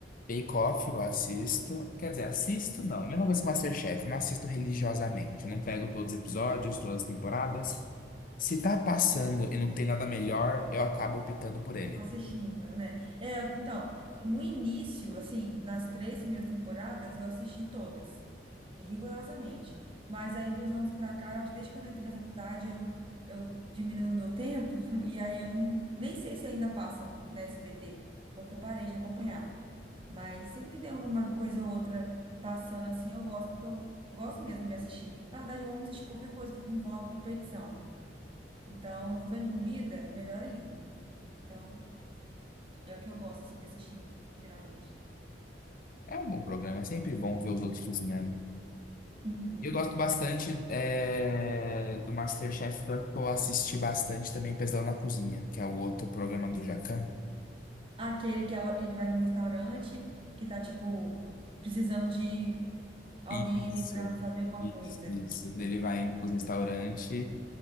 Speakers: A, on the left; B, on the right.
A: Bake Off eu assisto, quer dizer, assisto não, é a mesma coisa que MasterChef, eu não assisto religiosamente, eu não pego todos os episódios, todas as temporadas. Se tá passando e não tem nada melhor, eu acabo optando por ele.
B: Assistindo, né? É, então, no início, assim, nas três primeiras temporadas, eu assisti todas, rigorosamente. Mas aí, dos anos pra cá, eu acho que desde quando eu entrei na faculdade, eu, eu diminuí o meu tempo, <laughs> e aí eu não, nem sei se ainda passa na SBT, porque eu parei de acompanhar. Mas sempre que tem alguma coisa ou outra passando assim, eu gosto, porque eu gosto mesmo de assistir. Na verdade, eu amo assistir qualquer coisa que envolve competição. Então, envolvendo comida, melhor ainda. Então. É o que eu gosto, assim, de assistir, geralmente.
A: É um bom programa, é sempre bom ver os outros cozinhando.
B: Uhum.
A: E Eu gosto bastante é, do MasterChef, tanto que eu assisti bastante também Pesadelo na Cozinha, que é o outro programa do Jacquin.
B: Aquele que ela- ele vai no restaurante, que tá, tipo, precisando de alguém
A: Isso,
B: ali pra fazer alguma
A: isso,
B: coisa.
A: isso. dele vai indo para os restaurantes